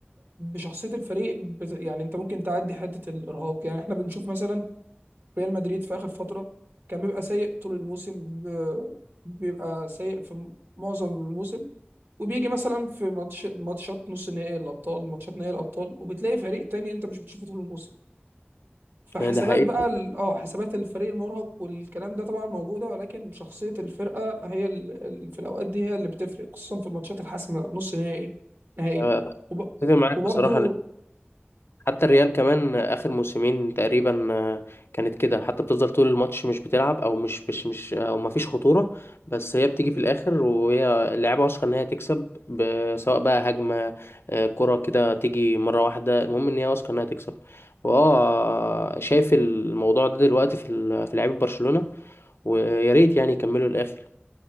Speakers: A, on the right; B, on the left.
A: بشخصية الفريق بت... يعني انت ممكن تعدي حتة الإرهاق يعني احنا بنشوف مثلا ريال مدريد في آخر فترة كان بيبقى سيء طول الموسم ب... بيبقى سيء في م- معظم الموسم وبيجي مثلا في ماتش ماتشات نص نهائي الأبطال ماتشات نهائي الأبطال وبتلاقي فريق تاني انت مش بتشوفه طول الموسم فحسابات
B: يعني ده حقيقي
A: بقى ال- اه حسابات الفريق المرهق والكلام ده طبعا موجوده ولكن شخصيه الفرقه هي ال... ال- في الاوقات دي هي اللي بتفرق خصوصا في الماتشات الحاسمه نص نهائي نهائي
B: آه،
A: وب...
B: اتفق معاك
A: وبرضو
B: بصراحه حتى الريال كمان اخر موسمين تقريبا آه، كانت كده حتى بتفضل طول الماتش مش بتلعب او مش مش مش او ما فيش خطوره بس هي بتيجي في الاخر وهي اللعيبه واثقه ان هي تكسب ب- سواء بقى هجمه آه، كره كده تيجي مره واحده المهم ان هي واثقه انها تكسب واه شايف الموضوع ده دلوقتي في ال- في لعيبه برشلونه ويا ريت يعني يكملوا الاخر